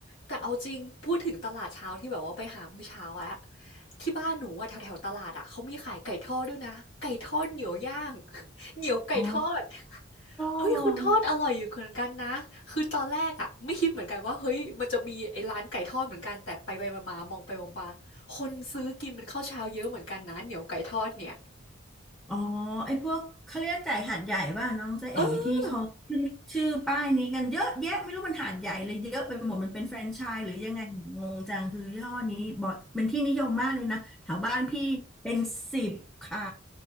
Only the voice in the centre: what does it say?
โ
อ้
อ๋อไอ้พวกเขาเรียกไก่หาดใหญ่ป่ะน้องเจ๊เอ๋ที่เขาขึ้นชื่อป้ายนี้กันเยอะแยะไม่รู้มันหาดใหญ่เลยเยอะไปหมดมันเป็นแฟรนไชส์หรือยังไงเนี่ยงงจังคือยี่ห้อนี้บ่อยเป็นที่นิยมมากเลยนะแถวบ้านพี่เป็นสิบค่ะ